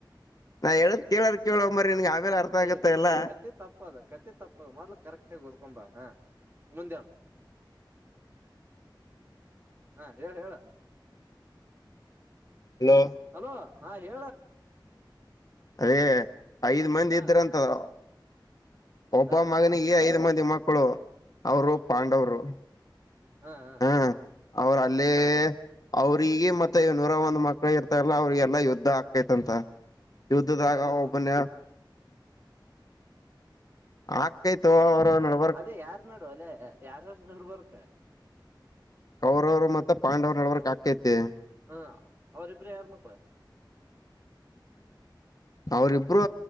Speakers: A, on the left (about 50°); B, on the right (about 30°).
A: ನಾ ಹೇಳದ್ ಕೇಳಾರ ಕೇಳಂಬರಿ ನಿನ್ಗೆ ಆಮೇಲೆ ಅರ್ಥ ಆಗತ್ತಲ್ಲ
B: ಏ ಕತಿ ತಪ್ಪದ ಕತ್ತ ತಪ್ಪದ ಮೊದ್ಲು ಕರೆಕ್ಟಗ ಓ್ಕಬ ಹಾ ಮುಂದೇಳ ಹಾ ಹೇಳ ಹೇಳ
A: ಹಲೋ
B: ಅಲೋ ಹಾ ಹೇಳ
A: ಅದೇ ಐದ್ ಮಂದಿ
B: ಹಾ
A: ಇದ್ರಂತದ
B: ಹಾ
A: ಒಬ್ಬ
B: ಹಾ
A: ಮಗನಿಗೆ ಐದ್ ಮಂದಿ ಮಕ್ಕಳು ಅವರು ಪಾಂಡವರು
B: ಹಾ ಹಾ
A: ಹ ಅವರು ಅಲ್ಲಿ
B: ಹಾ
A: ಅವ್ರಿಗೆ ಮತ್ತೆ ಏನೂರ ಒಂದ್ ಮಕ್ಳ ಇರ್ತಲ್ಲ ಅವ್ರಿಗೆಲ್ಲಾ ಯುದ್ಧ ಆಗ್ತೈತ್ಂತ ಯುದ್ಧದಾಗ
B: ಯಾರ್ಯಾರ
A: ಒಬ್ಬನ್ಯ
B: ನೋಡು
A: ಆಕೈತು ಅವರು ನಡ
B: ಅದೇ ಯಾರ್ ನೋಡುವಲ್ಲ ಯಾರ ನೋಡ್ಬರ್ಕ
A: ಕೌರವ್ರು ಮತ್ತ ಪಾಂಡವ್ರು ನಡಬರ್ಕ್ ಆಾಕ್ಕೈತಿ
B: ಹ ಅವರಿಬ್ಬ್ರ ಯಾರ್ ಮಕ್ಳ
A: ಅವ್ರಿಬ್ರು